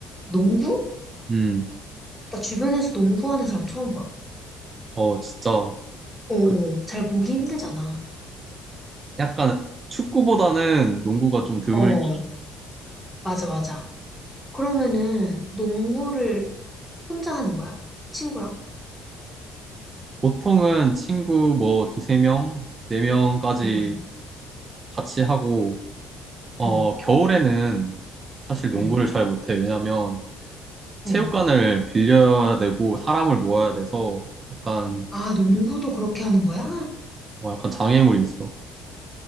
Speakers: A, in the centre; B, on the right (about 35°).
A: 농구?
B: 음,
A: 나 주변에서 농구하는 사람 처음 봐.
B: 어, 진짜,
A: 어, 어.
B: 그,
A: 잘 보기 힘들잖아.
B: 약간 축구보다는 농구가 좀 드물게.
A: 어, 맞아, 맞아. 그러면은 농구를 혼자 하는 거야? 친구랑?
B: 보통은 친구 뭐 두세 명, 네 명까지
A: 응, 응,
B: 같이 하고, 어,
A: 응,
B: 겨울에는 사실 농구를
A: 응,
B: 잘 못해. 왜냐면, 체육관을
A: 응.
B: 빌려야 되고 사람을 모아야 돼서 약간
A: 아, 농구도 그렇게 하는 거야?
B: 뭐 약간 장애물이 있어.